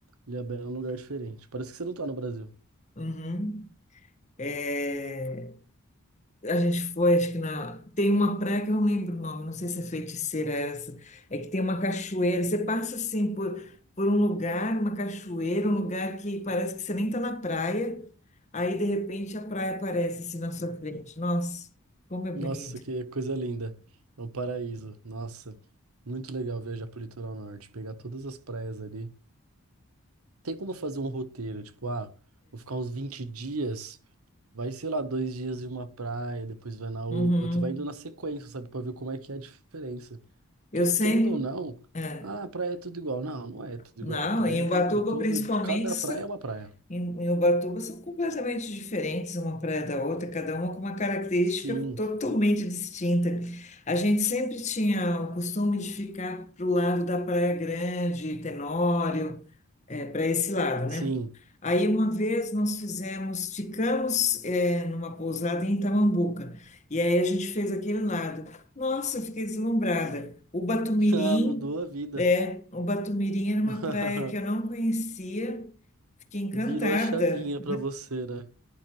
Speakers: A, on the right (about 85°); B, on the left (about 30°).
A: Ilhabela é um lugar diferente. Parece que você não tá no Brasil.
B: Uhum. É, A gente foi, acho que na. Tem uma praia que eu não lembro o nome, não sei se é Feiticeira essa. É que tem uma cachoeira. Você passa assim por, por um lugar, uma cachoeira, um lugar que parece que você nem tá na praia. Aí de repente a praia aparece assim na sua frente. Nossa, como é bonito.
A: Nossa, que coisa linda. É um paraíso. Nossa, muito legal viajar pro litoral norte, pegar todas as praias ali. Tem como fazer um roteiro, tipo, ah, vou ficar uns 20 dias, vai, sei lá, dois dias em uma praia, depois vai na outra,
B: Uhum.
A: vai indo na sequência, sabe, Pra ver como é que é a diferença.
B: Eu
A: que-
B: sempre.
A: Querendo ou não,
B: é.
A: ah, praia é tudo igual. Não, não é tudo
B: Não,
A: igual. Praia
B: em Ubatuba
A: tem tudo,
B: principalmente
A: cada praia é uma praia.
B: em, em Ubatuba são completamente diferentes uma praia da outra, cada uma com uma característica
A: Sim,
B: totalmente distinta. A gente sempre tinha o costume de ficar pro lado da Praia Grande, Tenório, para esse lado, né?
A: sim.
B: Aí uma vez nós fizemos, ficamos é, numa pousada em Itamambuca, e aí a gente fez aquele lado. Nossa, eu fiquei deslumbrada. O Batumirim,
A: <laughs> Ah, mudou a vida.
B: é, o Batumirim era uma
A: <laughs>
B: praia que eu não conhecia, Fiquei encantada.
A: Virou a chavinha pra você, né?